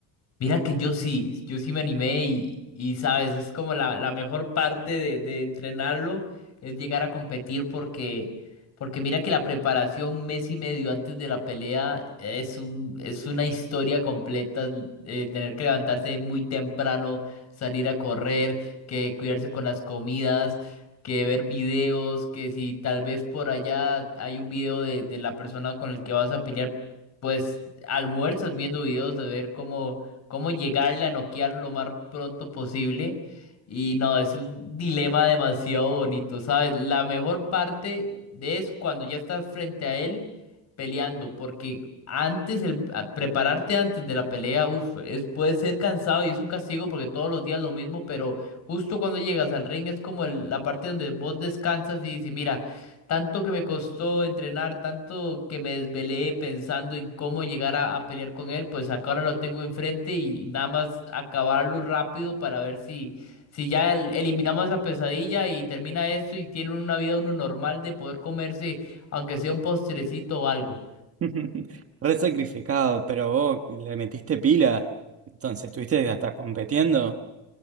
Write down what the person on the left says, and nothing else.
Mira que yo sí, yo sí me animé y, y sabes, es como la, la mejor parte de, de entrenarlo, es llegar a competir porque, porque mira que la preparación mes y medio antes de la pelea es un, es una historia completa, eh, tener que levantarse muy temprano, salir a correr, que cuidarse con las comidas. que ver videos, que si tal vez por allá hay un video de, de la persona con el que vas a pelear, pues almuerzas viendo videos de ver cómo, cómo llegarle a noquear lo más pronto posible. Y no, es un dilema demasiado bonito, ¿sabes? La mejor parte es cuando ya estás frente a él peleando, porque antes, el, a- prepararte antes de la pelea, uf, es, puede ser cansado y es un castigo porque todos los días lo mismo, pero justo cuando llegas al ring es como el- la parte donde vos descansas y dices, mira, tanto que me costó entrenar, tanto que me desvelé pensando en cómo llegar a, a pelear con él, pues acá ahora lo tengo enfrente y nada más acabarlo rápido para ver si, si ya el- eliminamos la pesadilla y termina esto y tiene una vida uno normal de poder comerse, aunque sea un postrecito o algo.